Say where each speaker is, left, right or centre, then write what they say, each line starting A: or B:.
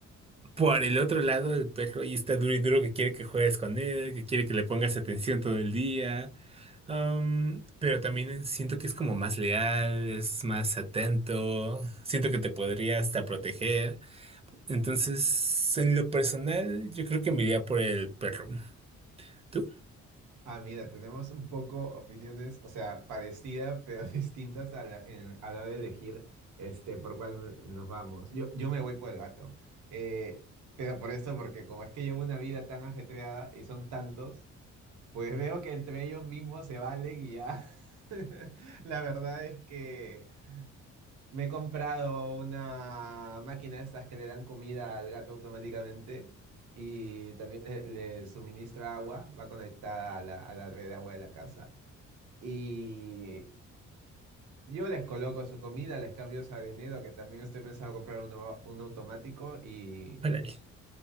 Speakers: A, on the right; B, on the right.
A: Por el otro lado, el perro ahí está duro y duro que quiere que juegues con él, que quiere que le pongas atención todo el día. Am, pero también siento que es como más leal, es más atento, siento que te podría hasta proteger. Entonces, en lo personal, yo creo que me iría por el perro. ¿Tú?
B: Ah, mira, tenemos un poco opiniones, o sea, parecidas, pero <laughs> distintas a la, en- a la hora de elegir este, por cuál nos vamos. Yo, yo me voy por el gato. Eh, pero por eso, porque como es que llevo una vida tan ajetreada y son tantos, pues veo que entre ellos mismos se valen y ya. <laughs> La verdad es que me he comprado una máquina de estas que le dan comida al gato automáticamente y también le, le suministra agua, va conectada a la, a la red de agua de la casa. Y yo les coloco su comida, les cambio su arenero, que también estoy pensando comprar un, au- un automático y,
A: Órale.